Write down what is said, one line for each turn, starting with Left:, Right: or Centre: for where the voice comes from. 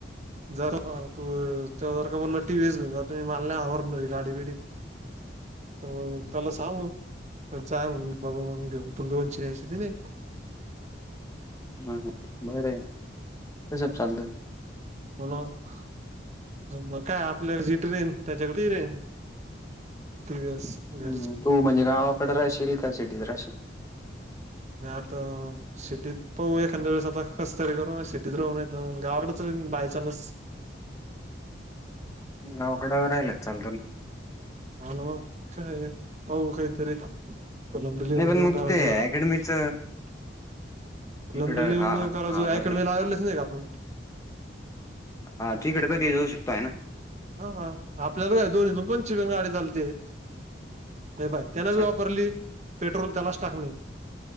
Right: जर तू, जर का बोलला टीव्हीएस घेऊन जा तुम्ही, मला नाय आवरणार ही गाडी बिडी.
Left: <inaudible>
Right: तर मग त्याला सांगय मग <unintelligible> दोनशे ऐंशी दिले.
Left: हम बरंय <unintelligible> कसं बी चालतं.
Right: हो <unintelligible> मग काय आपल्या जी <unintelligible> त्याच्याकडे <unintelligible> टीव्हीएस. घरची
Left: हम्म, तू म्हणजे गावाकडे राहशील का सिटीत राहशील?
Right: मी आता सिटीत पाहू एखाद्या वेळेस आता, कसतरी करू सिटीत राहू नाहीतर मग, गावडच बाय चान्स
Left: गावकडं राहिला त चालतो
Right: हा ना, फिरायले पाहू काहीतरी. <unintelligible>
Left: पण मग
Right: गावाचं
Left: ते
Right: जरा
Left: अकॅडमीच
Right: <unintelligible> ला
Left: इकडं
Right: येऊन
Left: हा
Right: जाऊन करायचं,
Left: हा बरं
Right: अकॅडमीला
Left: आहे
Right: आलेच नाही का आपण?
Left: हा तिकडे कधी ही जाऊ शकतो आहे ना?
Right: हा हा आपल्याला काय दोन्हीतुन कोणचीपण गाडी चालते. हे पहाय, त्यांनं
Left: अच्छा
Right: बी वापरली, पेट्रोल त्यालाच टाकणे.